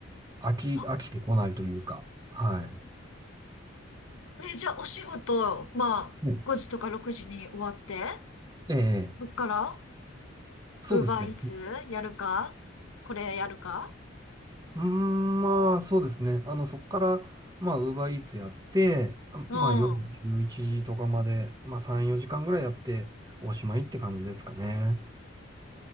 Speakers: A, on the right; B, on the left.
A: 飽き、
B: あ、
A: 飽きてこないというか。は
B: え、じゃあお仕事、まあ、
A: い。ね
B: 5時とか6時に終わって、
A: ええ、
B: そっから、
A: そうですね。
B: ウーバーイーツやるかこれやるか
A: うーん、まあ、そうですね。あの、そこから、まあ、ウーバーイーツやって、あまあ、
B: う
A: 夜11時とかまで、
B: ん。
A: まあ、3、4時間ぐらいやって、おしまいって感じですかね。